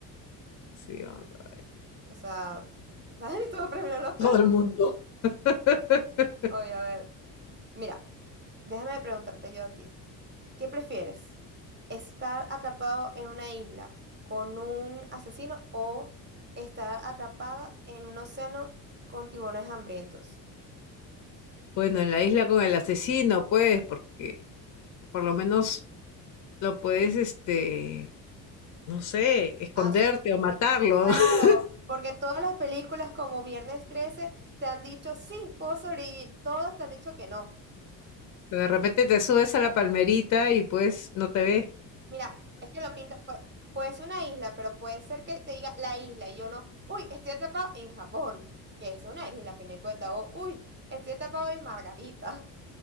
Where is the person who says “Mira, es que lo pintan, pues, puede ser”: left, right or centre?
Right